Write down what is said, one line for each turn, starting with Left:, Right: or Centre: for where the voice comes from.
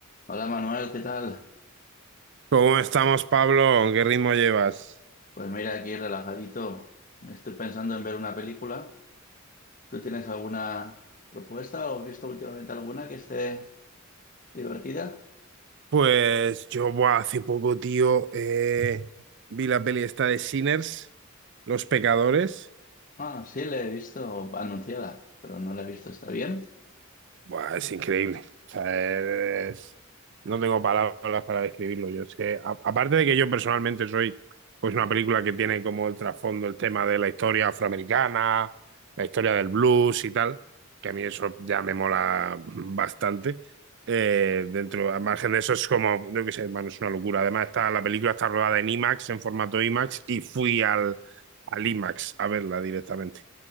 Left: Hola Manuel, ¿qué tal?
Right: ¿Cómo estamos, Pablo? ¿Qué ritmo llevas?
Left: Pues mira, aquí relajadito. Me estoy pensando en ver una película. ¿Tú tienes alguna propuesta o has visto últimamente alguna que esté divertida?
Right: Pues yo, buah, hace poco, tío, eh, vi la peli esta de Sinners, Los Pecadores.
Left: Ah, sí, la he visto anunciada, pero no la he visto. ¿Está bien?
Right: Buah, es increíble. O sea, es- No tengo palabras para describirlo. Yo es que, a- aparte de que yo personalmente soy, pues una película que tiene como el trasfondo el tema de la historia afroamericana, la historia del blues y tal, que a mí eso ya me mola bastante. Eh, dentro, al margen de eso es como, no qué sé, hermano, es una locura. Además, está, la película está rodada en IMAX, en formato IMAX, y fui al, al IMAX a verla directamente.